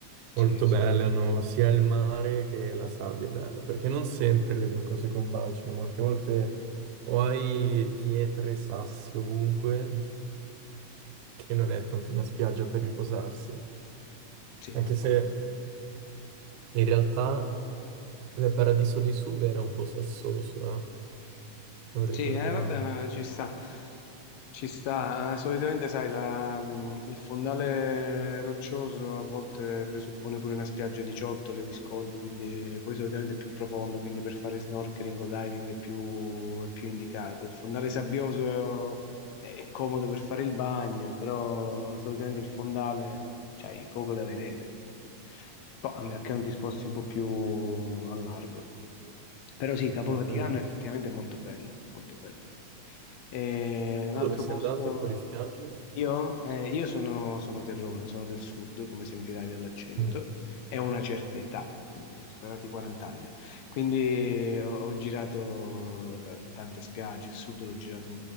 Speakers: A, on the right (about 80°); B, on the left (about 70°).
A: molto
B: sì, sì.
A: belle, hanno sia il mare che la sabbia è bella, perché non sempre le due cose combaciano, molte volte o hai pietre, sassi ovunque, <laughs> che non è tanto una spiaggia per riposarsi,
B: Sì,
A: anche
B: no, infatti.
A: se in realtà il Paradiso dei Sub era un po' sassoso, eh, se non ricordo
B: Sì, eh, vabbè,
A: male.
B: ma ci sta. Ci sta, eh, solitamente sai, la- mh, il fondale roccioso a volte presuppone pure una spiaggia di ciottoli o di scogli, quindi poi solitamente è più profondo, quindi per fare snorkeling o diving è più, è più indicato. Il fondale sabbioso è, è comodo per fare il bagno, però solitamente il fondale c'hai poco da vedere. Poi, a meno che non ti sposti un po' più a largo. Però sì, Capo
A: Eh,
B: Vaticano
A: quello è
B: effettivamente è effettivamente molto bella, molto bella. E un
A: Tu
B: altro
A: dove sei
B: posto...
A: andato in quelle spiagge?
B: Io, eh, io sono, sono terrone, sono del sud, come sentirai dall'accento,
A: Mm,
B: e ho una certa età, quindi eh, superati i 40 anni. Quindi ho, ho girato da- da tante spiagge, il sud l'ho girato,